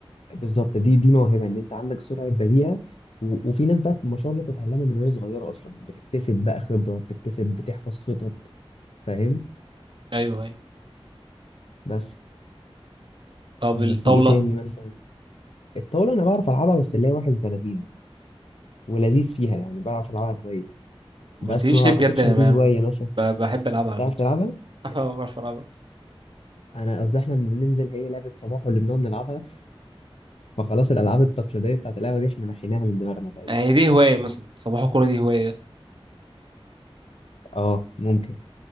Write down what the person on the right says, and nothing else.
أيوه أيوه
طب
الطاولة
ما
قلتليش
ليه
بجد أنا
ب- بحب ألعبها على
فكرة
<laughs> أه بعرف ألعبها
يعني دي هواية مثلا صباح الكورة دي هواية